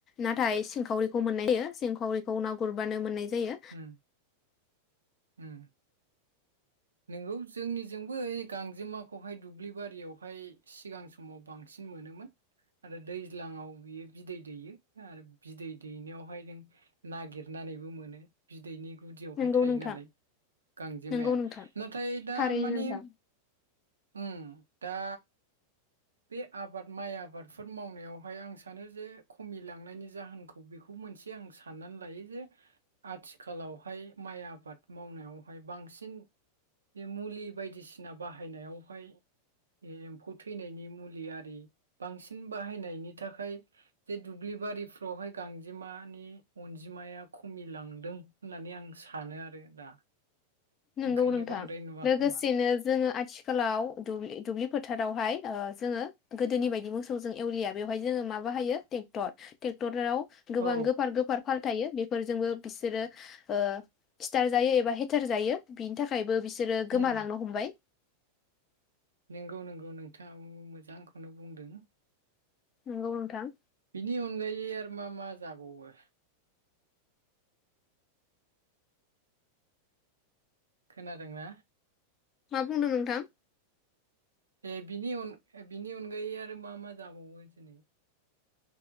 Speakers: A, on the left (about 30°); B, on the right (about 70°).
A: नाथाय सिंखावरिखौ मोननाय जायो सिंखावरिखौ ना गुरबानो मोननाय जायो
B: उम उम नंगौ जोंनिजोंबो ओइ गांजेमाखौहाय दुब्लि बारियावहाय सिगां समाव बांसिन मोनोमोन आरो दैज्लाङाव बियो बिदै दैयो आरो बिदै दैनायावहाय नों नागिरनानैबो मोनो। बिदैनि गुदियावहाय
A: नंगौ
B: थायो
A: नोंथां
B: नालाय गांजेमाया
A: नंगौ नोंथां
B: नाथाय दा
A: थारैनो
B: माने
A: नोंथां
B: ओम दा बे आबाद माइ आबादफोर मावनायावहाय आं सानो जे खमिलांनायनि जाहोनखौ बेखौ मोनसे आं साननानै लायो जे आथिखालावहाय माइ आबाद मावनायावहाय बांसिन बे मुलि बायदिसिना बाहायनायावहाय बे एम्फौ थैनायनि मुलि आरि बांसिन बाहायनायनि थाखाय जे दुब्लि बारिफ्रावहाय गांजेमानि अनजिमाया खमिलांदों होननानै आं सानो आरो दा
A: नंगौ
B: ओंखायनो
A: नोंथां
B: बांद्राय नुवा
A: लोगोसेनो
B: खोमा
A: जोङो आथिखालाव दुब्लि दुब्लि फोथारावहाय ओ जोङो गोदोनि बायदि मोसौजों एवलिया बेवहाय जोङो माबा हायो ट्रेक्टर ट्रेक्टराव गोबां
B: औ
A: गोफार गोफार फार थायो बेफोरजोंबो बिसोरो ओ सिथार जायो एबा हेथेर जायो बिनि थाखायबो बिसो बिसोरो गोमालांनो
B: उम
A: हमबाय
B: नंगौ नंगौ नोंथाङाबो मोज ना आंखौनो बुंदों?
A: नंगौ नोंथां
B: बिनि अनगायै आरो मा मा जाबावो? खोनादोंना?
A: मा बुंदों नोंथां?
B: ए बिनि अन अनगायै बिनि अनगायै आरो मा मा जाबावो दिनै?